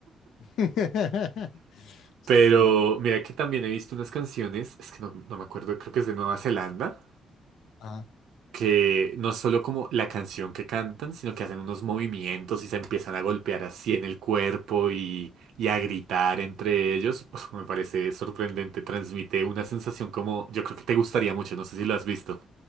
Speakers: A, on the left; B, on the right.
A: <laughs> Sí.
B: Pero mira que también he visto unas canciones, es que no, no me acuerdo, creo que es de Nueva Zelanda,
A: Ah,
B: que no es solo como la canción que cantan, sino que hacen unos movimientos y se empiezan a golpear así en el cuerpo y, y a gritar entre ellos. <laughs> Uf, me parece sorprendente, transmite una sensación como yo creo que te gustaría mucho, no sé si lo has visto.